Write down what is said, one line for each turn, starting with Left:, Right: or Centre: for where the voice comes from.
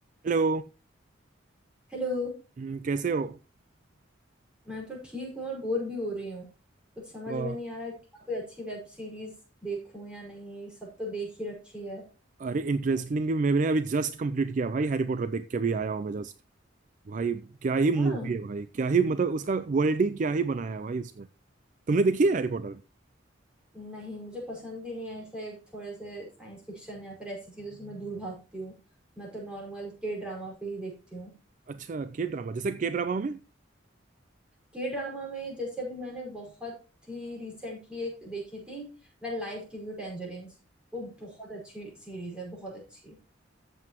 Right: हेलो
Centre: Hello
Right: हम्म, कैसे हो
Centre: मैं तो ठीक हूँ और बोर भी हो रही हूँ कुछ समझ
Right: अ,
Centre: में नहीं आ रहा कि कोई अच्छी वेब सीरीज देखूं या नहीं सब तो देख ही रखी है
Right: अरे इंटरेस्टिंग मैंने अभी जस्ट कंप्लीट किया भाई हैरी पॉटर देख के अभी आया हूँ मैं जस्ट भाई क्या ही मूवी
Centre: हाँ
Right: है भाई क्या ही मतलब उसका वर्ल्ड ही क्या ही बनाया है भाई उसने तुमने देखी है हैरी पॉटर
Centre: नहीं मुझे पसंद ही नहीं है ऐसे थोड़े से साइंस फिक्शन या फिर ऐसी चीजों से मैं दूर भागती हूँ मैं तो नॉर्मल के ड्रामा पे ही देखती हूँ
Right: अच्छा के ड्रामा जैसे के ड्रामा में
Centre: के ड्रामा में जैसे अभी मैंने बहुत ही रिसेंटली एक देखी थी when life give you tangerines वो बहुत अच्छी सीरीज है बहुत अच्छी